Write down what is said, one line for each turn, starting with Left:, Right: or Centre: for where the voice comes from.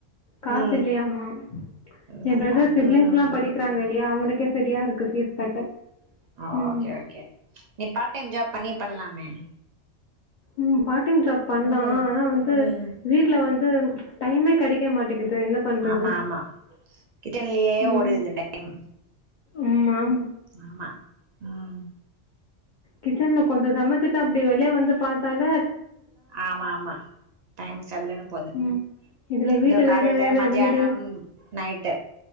Left: காசு
Right: ம்
Left: இல்லையாமா என்
Right: நல்லதா
Left: ப்ரதர் சிப்லிங்ஸ்ல்லா
Right: ம்
Left: படிக்கறாங்க இல்லையா அவுங்களுக்கே சரியா இருக்கு ஃபீஸ் கட்ட
Right: ஆ
Left: ம்
Right: ஓகே ஓகே நீ பாட் டைம் ஜாப் பண்ணி பண்லாமே
Left: ம் பாட் டைம் ஜாப் பண்லா
Right: ம்
Left: ஆனா வந்து
Right: ம்
Left: வீட்ல வந்து டைமே கெடைக்க மாட்டீகுது என்ன பண்ணுறது
Right: ஆமாமா கிட்டன்லயே
Left: ம்
Right: ஓடுது இந்த டைம்
Left: ம் மாம்
Right: ஆமா ம்
Left: கிச்சன்ல கொஞ்சோ சமச்சுட்டு அப்டி வெளிய வந்து பாத்தாலே
Right: ஆமாமா டைம் சல்லுனு போது
Left: ம் இதில் வீடு
Right: இதோ காலைல
Left: வேறு வேறு
Right: மதியானம்
Left: வீடு
Right: நைட்டு